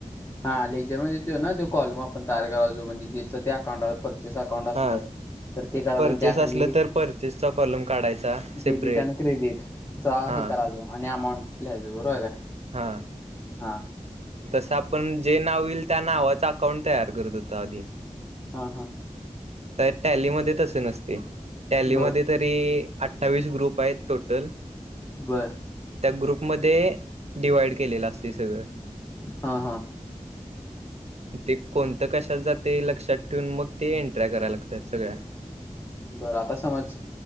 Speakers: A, on the left (about 20°); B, on the right (about 55°).
A: हा लेजर म्हणजे तो ना तो कॉलम आपण तयार करायचो म्हणजे जेचं ते अकाउंट हाय पर चेस अकाउंट असलं
B: हा
A: तर ते करायचो
B: परचेस
A: अन त्या
B: असलं
A: खाली
B: तर परचेसचा कॉलम काढायचा सेपरेट
A: डेबिट अन क्रेडिट चा
B: हा
A: हे करायचो आणि अमाऊंट लिहायचो, बरोबर का?
B: हा
A: हा
B: तसं आपण जे नाव येईल त्या नावाचं अकाउंट तयार करत होतो आधी.
A: हा हा.
B: त्यात टॅलीमध्ये तसं नसते टॅलीमध्ये
A: बर
B: तरी अठ्ठावीस ग्रुप आहेत टोटल.
A: बर
B: त्या ग्रुपमध्ये डिवाइड केलेलं असतंय सगळं.
A: हा हा
B: ते कोणतं कशा त जातंय लक्षात ठेवून मग ते एंट्र्या कराय लागतात सगळ्या.
A: बरं आता समज